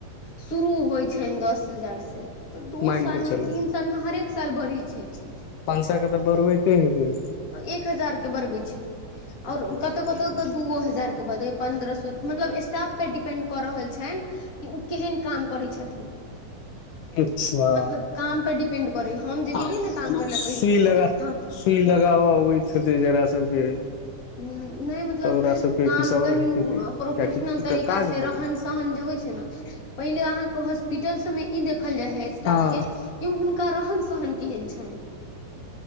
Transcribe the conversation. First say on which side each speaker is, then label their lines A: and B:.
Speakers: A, on the left (about 30°); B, on the left (about 75°).
A: शुरू होइ छइन दस हजार तऽ दू
B: मान
A: साल
B: कऽ चलू
A: में तीन साल में हरेक साल बढ़ै छै ई चीज
B: पाँच सए के तऽ बढ़बैते हेबै
A: एक हजार के बरबी छै
B: एक
A: ओर
B: हजार
A: तऽ
B: के
A: कतहु
B: बढ़बै
A: तऽ दूओ हजारके बदै पन्द्रह सए मतलब स्टाफपर डिपेंड कऽ रहल छनि कि ओ केहन काम करै छथिन
B: अच्छा
A: मतलब काम पर डिपेंड करै हम जे
B: हँ
A: गेलियै ने काम करै लए
B: सुई
A: पहिलुक बेर
B: लगा
A: तऽ हम
B: सुई लगाबऽ अबैत हेतै जकरा सबके
A: उ नहि मतलब
B: तऽ ओकरा सबके
A: काम
B: किछु आओर
A: कनि
B: रहैत हेतै कियाकि
A: प्रोफेशनल
B: एकटा
A: तरीका
B: काज
A: से
B: भऽ
A: रह
B: गेल
A: जे होइ छै ने पहिले अहाँके हॉस्पिटल सबमे ई देखल जाइ हे स्टाफ
B: हँ
A: के की हुनका रहन सहन केहन छनि